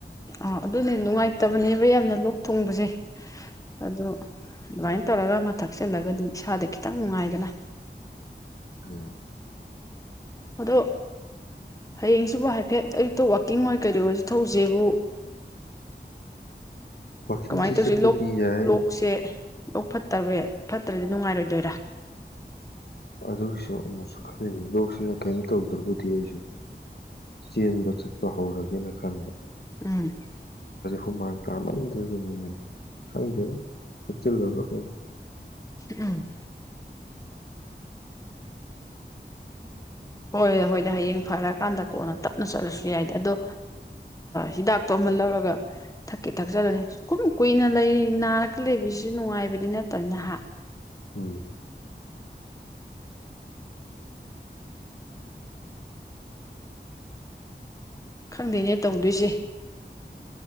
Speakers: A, on the left (about 20°); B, on the left (about 60°).
A: ꯑꯥ ꯑꯗꯨꯅꯦ ꯅꯨꯡꯉꯥꯏꯇꯕꯅꯦꯕ ꯌꯥꯝꯅ ꯂꯣꯛ ꯊꯣꯡꯕꯁꯦ ꯑꯗꯨ ꯑꯗꯨꯃꯥꯏꯅ ꯇꯧꯔꯒ ꯃꯥ ꯊꯛꯆꯤꯜꯂꯒꯗꯤ ꯏꯁꯥꯗ ꯈꯤꯇꯪ ꯅꯨꯡꯉꯥꯏꯗꯅ
B: ꯎꯝ
A: ꯑꯗꯣ ꯍꯌꯦꯡꯁꯤꯕꯨ ꯍꯥꯏꯐꯦꯠ ꯑꯌꯨꯛꯇ ꯋꯥꯛꯀꯤꯡ ꯑꯣꯏ ꯀꯩꯗꯧ ꯑꯣꯏꯁꯨ ꯊꯧꯁꯦꯕꯨ
B: ꯋꯥꯛꯀꯤꯡꯁꯦ
A: ꯀꯃꯥꯏꯅ ꯇꯧꯁꯤ
B: ꯆꯠꯄꯗꯤ
A: ꯂꯣꯛ
B: ꯌꯥꯏ
A: ꯂꯣꯛꯁꯦ ꯂꯣꯛ ꯐꯠꯇꯕ ꯐꯠꯇ꯭ꯔꯗꯤ ꯅꯨꯡꯉꯥꯏꯔꯣꯏꯗꯣꯏꯔꯥ
B: ꯑꯗꯨꯒꯤꯁꯨ ꯑꯃꯨꯛꯁꯨ ꯈꯜꯂꯤꯉꯤ ꯂꯣꯛꯁꯤꯅ ꯀꯩꯝ ꯇꯧꯗ꯭ꯔꯕꯨꯗꯤ ꯑꯩꯁꯨ ꯆꯦꯟꯕ ꯆꯠꯄ ꯍꯧꯔꯒꯦꯅ ꯈꯟꯕ
A: ꯎꯝ
B: ꯈꯨꯨꯃꯥꯡ ꯇꯥꯃꯟꯗ꯭ꯔꯦꯒꯅꯦ ꯈꯪꯗꯦꯅ ꯐꯠꯆꯤꯜꯂꯕ꯭ꯔꯣ ꯀꯩꯅꯣ
A: ꯎꯝ ꯍꯣꯏ ꯍꯣꯏꯗꯤ ꯍꯌꯦꯡ ꯐꯔꯀꯥꯟꯗ ꯀꯣꯟꯅ ꯇꯞꯅ ꯆꯠꯂꯁꯨ ꯌꯥꯏꯗ ꯑꯗꯣ ꯍꯤꯗꯥꯛꯇꯣ ꯑꯃ ꯂꯧꯔꯒ ꯊꯛꯀꯦ ꯊꯛꯆꯜꯂꯨꯅꯤ ꯀꯨꯝ ꯀꯨꯏꯅ ꯂꯩ ꯅꯥꯔꯒ ꯂꯩꯕꯁꯤꯁꯨ ꯅꯨꯡꯉꯥꯏꯕꯗꯤ ꯅꯠꯇꯕꯅꯤ ꯅꯍꯥꯛ
B: ꯎꯝ
A: ꯈꯪꯗꯦꯅꯦ ꯇꯧꯗꯣꯏꯁꯦ